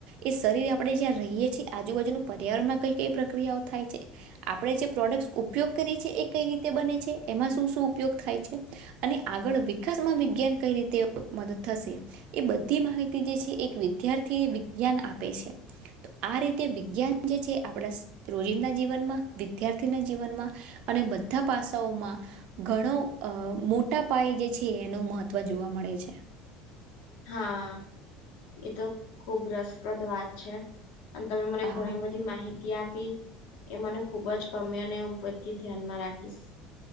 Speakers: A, on the right (about 60°); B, on the left (about 70°).
A: એ શરીર આપણે જ્યાં આજુબાજુનું પર્યાવરણમાં કઈ કઈ પ્રક્રિયાઓ થાય છે. આપણે જે પ્રોડક્ટ ઉપયોગ કરીએ છી એ કઈ રીતે બને છે એમાં શું શું ઉપયોગ થાય છે? અને આગળ વિકાસમાં વિજ્ઞાન કઈ રીતે મદદ થશે? એ બધી માહિતી જે છે એક વિદ્યાર્થીને વિજ્ઞાન આપે છે. આ રીતે વિજ્ઞાન જે છે આપણા રોજિંદા જીવનમાં વિદ્યાર્થીના જીવનમાં અને બધ ધા પાસાઓમાં ઘણો અ મોટા પાયે જે છે એનું મહત્ત્વ જોવા મળે છે.
B: હા એતો ખુબ રસપ્રદ વાત છે. અને તમે મને
A: હા,
B: ઘણી બધી માહિતી આપી એ મને ખુબ જ ગમે અને હુ બધી ધ્યાનમાં રાખીશ.